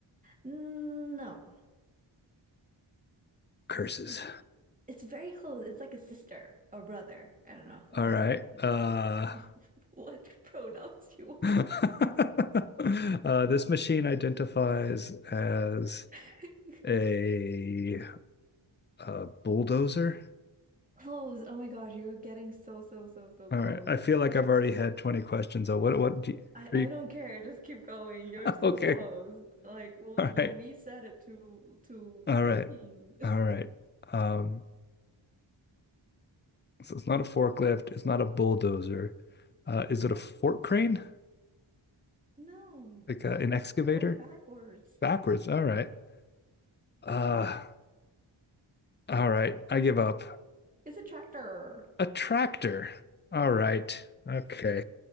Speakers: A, on the right (about 15°); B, on the left (about 20°).
A: Mm, No.
B: Curses.
A: It's it's very close. It's like a sister or brother. I don't know, depending
B: All right. Uh,
A: <laughs> what pronouns you want.
B: <laughs> Uh, this machine identifies as
A: <laughs>
B: a, uh bulldozer.
A: Close. Oh my gosh, you're getting so, so, so, so close.
B: All right. I feel like I've already had 20 questions. Oh, what, what do you,
A: I,
B: are
A: I
B: you...
A: don't care. Just keep going. You're so
B: <laughs> Okay.
A: close. Like we'll
B: All
A: we'll
B: right.
A: reset it to to
B: All
A: 15.
B: right.
A: <laughs>
B: All right. Um, so it's not a forklift. It's not a bulldozer. Uh, is it a fork crane?
A: No,
B: Like uh, an excavator?
A: you're going backwards.
B: Backwards. All right. Uh, all right. I give up.
A: It's a tractor.
B: A tractor. All right. Okay.